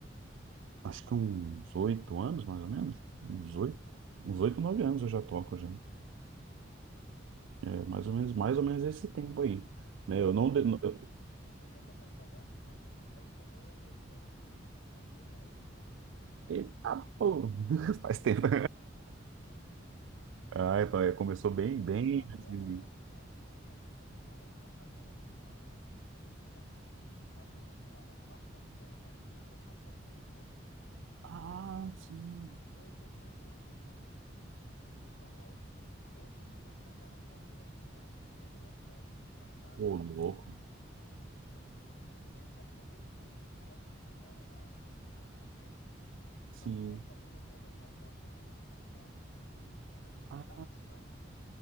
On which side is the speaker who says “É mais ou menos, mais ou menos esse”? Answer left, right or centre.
Right